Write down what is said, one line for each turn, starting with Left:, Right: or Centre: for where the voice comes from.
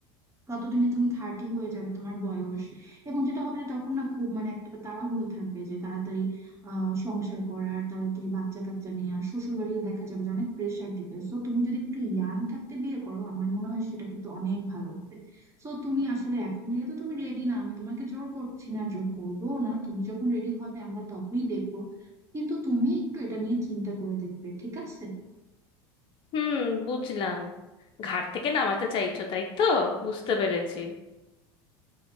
Right: কতদিনে তুমি থার্টি হয়ে যাবে তোমার বয়স এবং যেটা হবে যে তখন না খুব মানে একটা তাড়াহুড়ো থাকবে যে তাড়াতাড়ি আহ সংসার করার তাড়াতাড়ি বাচ্চা কাচ্চা নেওয়ার শ্বশুর বাড়িও দেখা যাবে যে অনেক প্রেশার দিবে সো তুমি যদি একটু ইয়াং থাকতে বিয়ে করো আমার মনে হয় সেটা কিন্তু অনেক ভালো হবে সো তুমি আসলে এখন যেহেতু তুমি রেডি না আমি তোমাকে জোর করছি না জোর করবো না তুমি যখন রেডি হবে আমরা তখনই দেখবো কিন্তু তুমি একটু এটা নিয়ে চিন্তা করে দেখবে ঠিক আছে
Left: হুম বুঝলাম ঘাট থেকে নামাতে চাইছো তাই তো বুঝতে পেরেছি